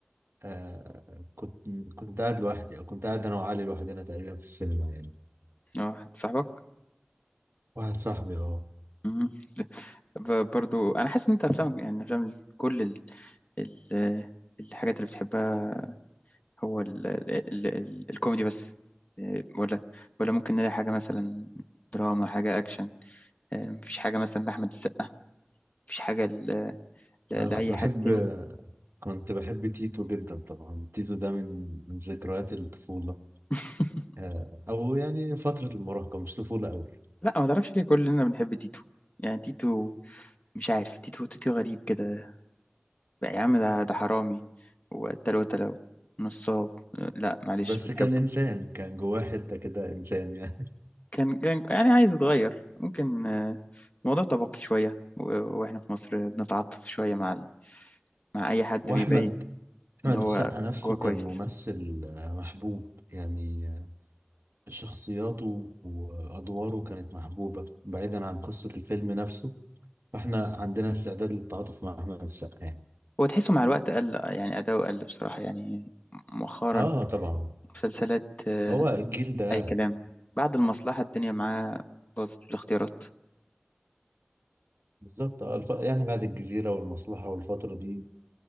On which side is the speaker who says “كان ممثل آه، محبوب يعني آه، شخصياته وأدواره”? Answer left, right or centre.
Right